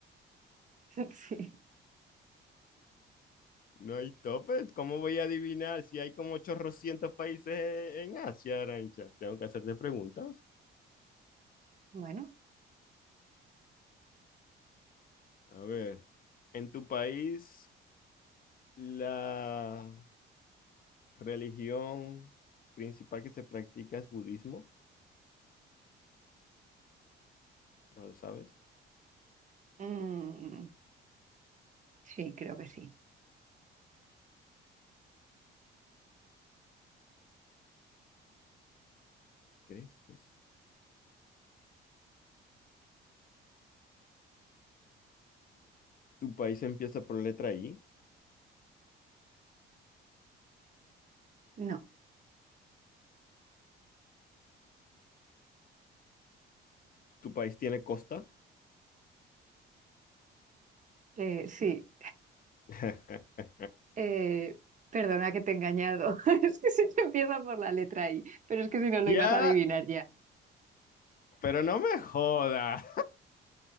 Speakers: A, on the right; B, on the left.
A: <laughs> Sí.
B: No hay topes. ¿Cómo voy a adivinar si hay como 800 países en Asia, Arancha? Tengo que hacerte preguntas.
A: Bueno.
B: A ver, en tu país, la religión principal que se practica es budismo. ¿No lo sabes?
A: mm, sí, creo que sí.
B: ¿Crees que es? Tu país empieza por la letra I.
A: No.
B: tu país tiene costa.
A: Eh, sí.
B: <laughs>
A: Eh, perdona que te he engañado. <laughs> Es que se empieza por la letra I, pero es que si no lo
B: Ya,
A: ibas a adivinar ya.
B: pero no me joda.